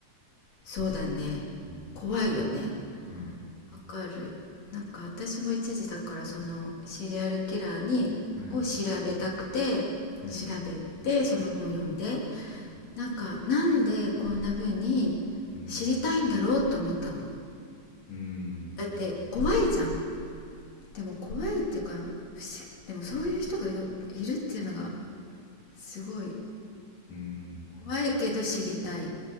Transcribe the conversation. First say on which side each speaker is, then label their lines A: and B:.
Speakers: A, on the left; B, on the left.
A: そうだね
B: うん、
A: 怖いよね
B: はい、
A: わかるなんか私も一時だからそのシリアルキラーにを調べたくて調べてその本を読んで
B: はい、はい、うん、
A: なんかなんでこんな風に
B: うん、
A: 知りたいんだろうと思ったの
B: うん、
A: だって怖いじゃんでも怖いっていうか不思でもそういう人がよいるっていうのがすごい
B: うん、
A: 怖いけど知りたい